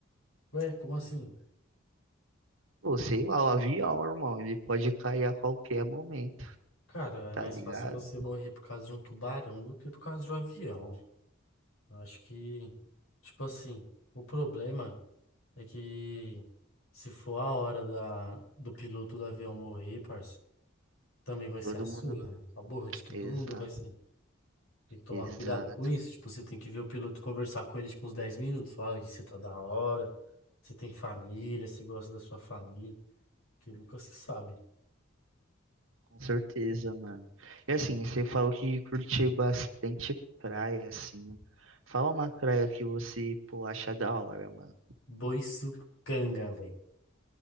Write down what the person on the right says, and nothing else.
Pô, sei lá, o avião, irmão, ele pode cair a qualquer momento,
tá
ligado?
Todo
mundo.
Exato,
exato.
Com certeza, mano. E assim, você falou que curtiu bastante praia, assim. Fala uma praia que você, pô, acha da hora, mano.